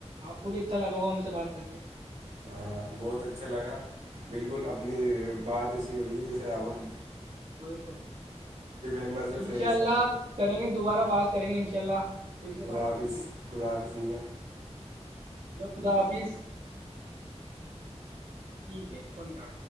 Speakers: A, on the right; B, on the right.
A: آپ کو بھی اچھا لگا ہوا ہم سے بات کر کے
B: ہاں بہت اچھا لگا بالکل اپنی بات ایسی ہو رہی ہے جیسے آون
A: وہی تو
B: ممبرس یا
A: انشاء
B: فرینڈس
A: اللہ
B: ہیں
A: کریں گے دوبارہ بات کریں گے ان شاء اللہ پھر سے
B: خدا
A: بات
B: حافظ
A: کریں
B: خدافظ میا
A: ہیلو خدا آفس ٹھیک ہے فن کا